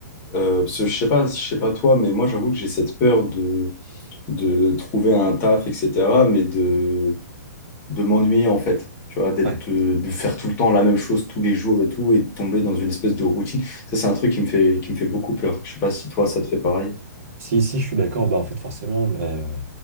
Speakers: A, on the left (about 20°); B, on the right (about 45°).
A: Euh, parce que je sais pas, je sais pas toi, mais moi, j'avoue que j'ai cette peur de, de trouver un taf, etc., mais de de m'ennuyer en fait. Tu vois, d'être,
B: Ouais.
A: euh, de faire tout le temps la même chose tous les jours et tout, et de tomber dans une espèce de routine. Ça, c'est un truc qui me fait, qui me fait beaucoup peur. Je sais pas si toi, ça te fait pareil.
B: Si, si, je suis d'accord, bah en fait forcément, bah, euh,